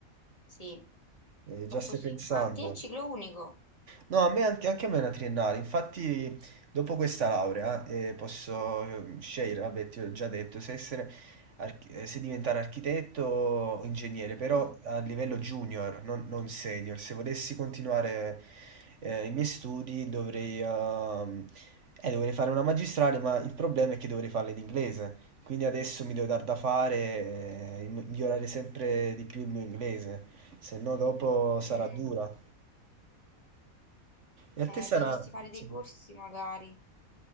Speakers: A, on the left; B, on the right.
A: sì,
B: Eh,
A: proprio
B: già stai
A: sì.
B: pensando.
A: Ah, te è ciclo unico?
B: No, a me anche, anche a me è una triennale, infatti dopo questa laurea eh, posso eh, scegliere, vabbè ti ho già detto, se, essere archi- eh, se diventare architetto o ingegnere, però
A: Mm,
B: a livello junior, non, non senior. Se volessi continuare eh, i miei studi dovrei, ehm, eh, dovrei fare una magistrale, ma il problema è che dovrei farla in inglese. Quindi adesso mi devo dar da fare e migliorare sempre di più il mio inglese, se no dopo sarà
A: mm.
B: dura. E
A: Eh,
B: a te sarà...
A: dovresti fare
B: sì.
A: dei corsi magari.